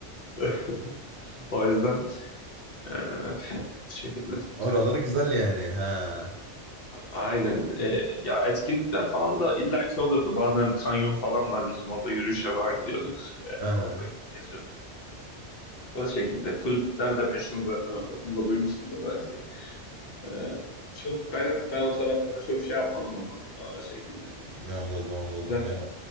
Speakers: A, on the left; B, on the right.
A: <laughs> O yüzden eee bu şekilde kanka.
B: Oraları güzel yani. Ha.
A: Aynen. Eee, ya etkinlikler falan da illaki oluyordu. Bazen kanyon falan var bizim orada. Yürüyüşe falan gidiyorduk. Eee,
B: Aha.
A: orada geziyorduk. Bu şekilde. Kulüpler de meşhur zaten Atakum'da duymuşsundur belki. Ee, çok ben ben o taraflara çok şey yapmadım ama o şekilde.
B: Ne Anladım anladım
A: Güzeldi.
B: ya.